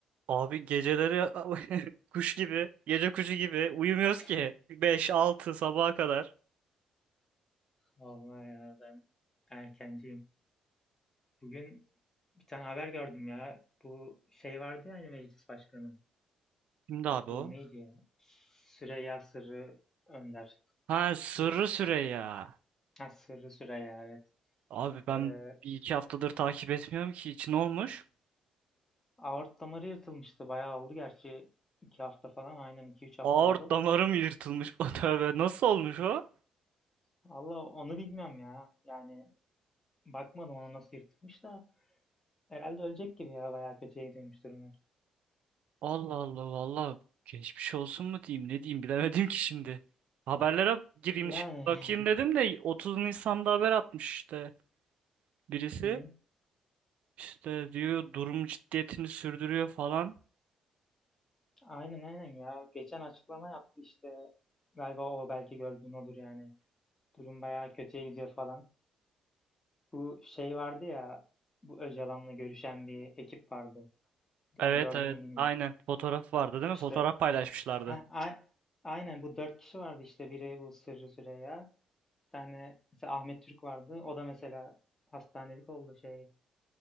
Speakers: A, on the right (about 70°); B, on the left (about 20°).
A: Abi geceleri <laughs> kuş gibi, gece kuşu gibi uyumuyoruz
B: <laughs>
A: ki. beş altı sabaha kadar.
B: Vallahi ya ben erkenciyim. Bugün bir tane haber gördüm ya. Bu şey vardı ya hani meclis başkanı.
A: Kimdi abi
B: Bu
A: o?
B: neydi ya? Süreyya Sırrı Önder.
A: Ha Sırrı
B: Bu
A: Süreyya.
B: ha, Sırrı Süreyya evet.
A: Abi ben
B: Ee,
A: bir iki haftadır takip etmiyorum ki. hiç. olmuş?
B: aort damarı yırtılmıştı. Bayağı oldu gerçi. iki hafta falan aynen iki üç hafta
A: Aort
B: oldu.
A: damarım yırtılmış. <laughs> O tövbe nasıl olmuş o?
B: Allah onu bilmiyorum ya. Yani bakmadım ona nasıl yırtılmış da. Herhalde ölecek gibi ya bayağı kötüye gidiyormuş durumu.
A: Allah Allah valla geçmiş olsun mu diyeyim ne diyeyim bilemedim ki şimdi. Haberlere gireyim
B: Yani
A: şimdi bakayım
B: <laughs>
A: dedim de 30 Nisan'da haber atmış işte birisi.
B: hı hı.
A: İşte diyor durum ciddiyetini sürdürüyor falan.
B: Aynen aynen ya. Geçen açıklama yaptı işte. Galiba o belki gördüğün odur yani. Durum bayağı kötüye gidiyor falan. Bu şey vardı ya bu Öcalan'la görüşen bir ekip vardı.
A: Evet
B: Onu gördün
A: evet
B: mü bilmiyorum.
A: aynen fotoğraf vardı değil mi?
B: İşte
A: Fotoğraf paylaşmışlardı.
B: ha, a- aynen bu dört kişi vardı işte. Biri bu Sırrı Süreyya. Bir tane mesela Ahmet Türk vardı. O da mesela hastanelik oldu şey.